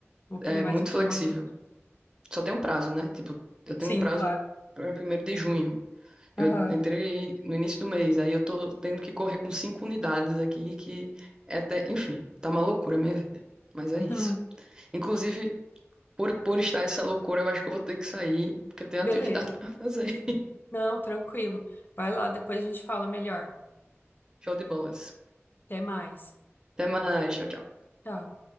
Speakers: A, on the left (about 45°); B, on the right (about 15°).
A: Vou querer
B: É
A: mais
B: muito
A: informações.
B: flexível. Só tem um prazo, né? Tipo, eu tenho
A: Sim,
B: um prazo
A: claro.
B: para 1º de junho. Eu
A: Aham.
B: en- entrei no início do mês, aí eu tô tendo que correr com cinco unidades aqui, que é até, enfim, tá uma loucura a minha vida. Mas é
A: <laughs>
B: isso. Inclusive, Por, por estar essa loucura, eu acho que eu vou ter que sair, porque eu tenho
A: Beleza.
B: atividade <laughs> pra fazer.
A: Não, tranquilo. Vai lá, depois a gente fala melhor.
B: Show de bolas.
A: Até mais.
B: Até mais. Tchau, tchau.
A: Tchau.